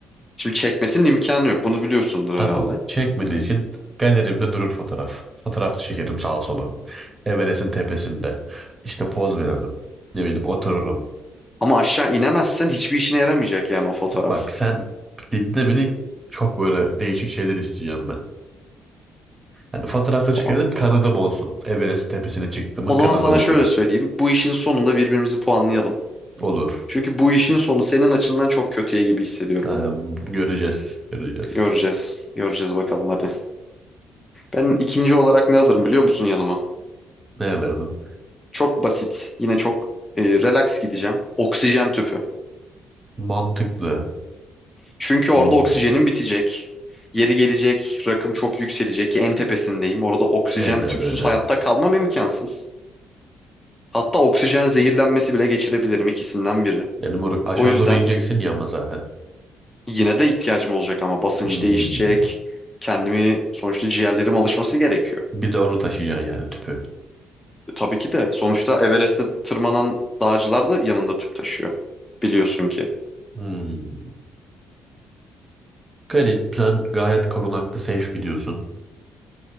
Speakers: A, on the left (about 20°); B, on the right (about 20°).
A: Şimdi çekmesinin imkanı yok bunu biliyorsundur
B: Tamam.
A: herhalde.
B: Çekmediği için galerimde durur fotoğraf. Fotoğraf çekerim sağa sola. Everest'in tepesinde. İşte poz veririm. Ne bileyim otururum.
A: Ama aşağı inemezsen hiçbir işine yaramayacak yani o fotoğraf.
B: Bak sen dinde bile çok böyle değişik şeyler isteyeceğim ben. Yani fotoğrafla
A: Tamam.
B: çıkardım kanadım olsun. Everest tepesine çıktığımın
A: O
B: kanadı
A: zaman sana
B: olsun.
A: şöyle söyleyeyim. Bu işin sonunda birbirimizi puanlayalım.
B: Olur.
A: Çünkü bu işin sonu senin açından çok kötüye gibi hissediyorum.
B: Ee, göreceğiz. Göreceğiz.
A: Göreceğiz. Göreceğiz bakalım hadi. Ben ikinci olarak ne alırım biliyor musun yanıma?
B: Ne alırdın?
A: Çok basit. Yine çok e, relax gideceğim. Oksijen tüpü.
B: Mantıklı.
A: Çünkü orada
B: Hmm.
A: oksijenim bitecek. Yeri gelecek, rakım çok yükselecek ki en tepesindeyim. Orada oksijen
B: Aynen
A: tüpsüz
B: öyle.
A: hayatta kalmam imkansız. Hatta oksijen zehirlenmesi bile geçirebilirim ikisinden biri.
B: Yani moruk aşağı
A: O yüzden
B: doğru ineceksin ya ama zaten.
A: yine de ihtiyacım olacak ama basınç
B: Hmm.
A: değişecek. Kendimi sonuçta ciğerlerim alışması gerekiyor.
B: Bir de onu taşıyacaksın yani tüpü.
A: E, tabii ki de sonuçta Everest'te tırmanan dağcılar da yanında tüp taşıyor. Biliyorsun ki.
B: Hmm. Garip. Sen gayet korunaklı safe gidiyorsun.